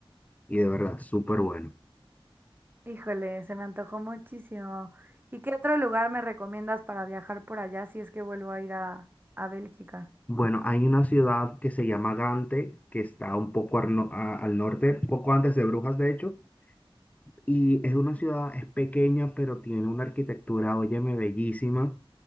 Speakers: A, on the left; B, on the right.
A: y de verdad, súper bueno.
B: Híjole, se me antojó muchísimo. ¿Y qué otro lugar me recomiendas para viajar por allá si es que vuelvo a ir a, a Bélgica?
A: Bueno, hay una ciudad que se llama Gante, que está un poco al, no- a- al norte, poco antes de Brujas, de hecho, Y es una ciudad, es pequeña, pero tiene una arquitectura, óyeme, bellísima.